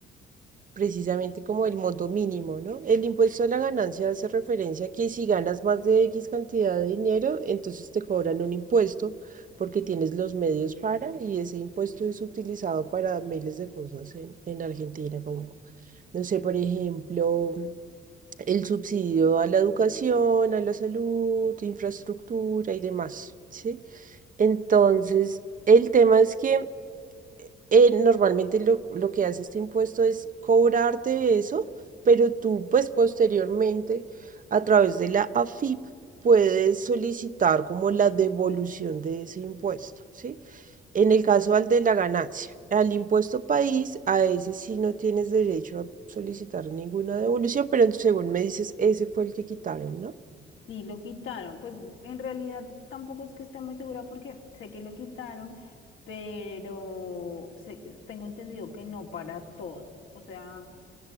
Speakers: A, on the right; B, on the left.
A: precisamente como el monto mínimo, ¿no? El impuesto a la ganancia hace referencia a que si ganas más de X cantidad de dinero, entonces te cobran un impuesto porque tienes los medios para y ese impuesto es utilizado para miles de cosas en, en Argentina, como, no sé, por ejemplo, el subsidio a la educación, a la salud, infraestructura y demás, ¿sí? Entonces, el tema es que eh, normalmente lo, lo que hace este impuesto es cobrarte eso, pero tú pues posteriormente a través de la AFIP puedes solicitar como la devolución de ese impuesto, ¿sí? En el caso al de la ganancia, al impuesto país, a ese sí no tienes derecho a solicitar ninguna devolución, pero según me dices, ese fue el que quitaron, ¿no?
B: Sí, lo quitaron, pues en realidad tampoco es que esté muy segura porque sé que lo quitaron, pero sé- tengo entendido que no para todo. O sea,